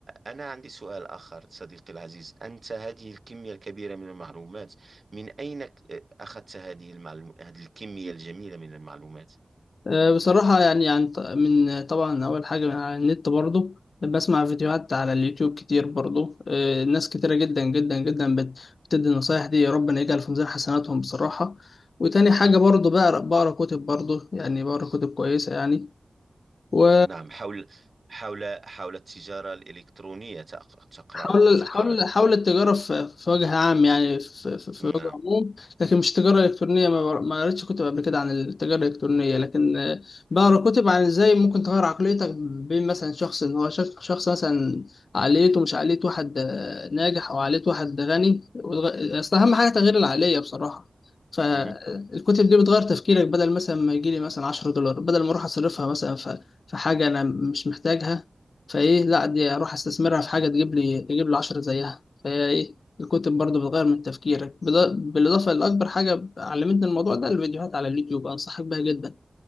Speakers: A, on the right; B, on the left.
A: أنا عندي سؤال آخر صديقي العزيز أنت هذه الكمية الكبيرة من المعلومات من أين ك- أخذت هذه المعلوم... هذه الكمية الجميلة من المعلومات؟
B: آه بصراحه يعني عن ط- من طبعا اول حاجه من على النت برضه بسمع فيديوهات على اليوتيوب كتير برضه آه ناس كتيره جدا جدا جدا بت- بتدي النصايح دي ربنا يجعل في ميزان حسناتهم بصراحه وتاني حاجه
A: نعم
B: برضه بقرا بقرا كتب برضه يعني بقرا كتب كويسه يعني و
A: نعم حول حول حول التجارة الإلكترونية تق- تقرأ
B: حول
A: كتب
B: حول
A: حول
B: حول التجارة في في وجه عام يعني في في في
A: نعم
B: وجه عموم لكن مش تجارة إلكترونية ما بر- ما قريتش كتب قبل كده عن التجارة الإلكترونية لكن آه، بقرا كتب عن إزاي ممكن تغير عقليتك بين مثلا شخص إن هو شخص شخص مثلا عقليته مش عقلية واحد آه، ناجح أو عقلية واحد غني وتغ- أصل أهم حاجة تغيير العقلية بصراحة فالكتب
A: مم.
B: دي بتغير تفكيرك بدل مثلا ما يجيلي مثلا 10 دولار بدل ما أروح أصرفها مثلا في في حاجة أنا مش محتاجها فايه لا دي اروح استثمرها في حاجه تجيب لي تجيب لي 10 زيها فهي ايه الكتب برضه بتغير من تفكيرك بض- بالاضافه لاكبر حاجه علمتني الموضوع ده الفيديوهات على اليوتيوب انصحك بيها جدا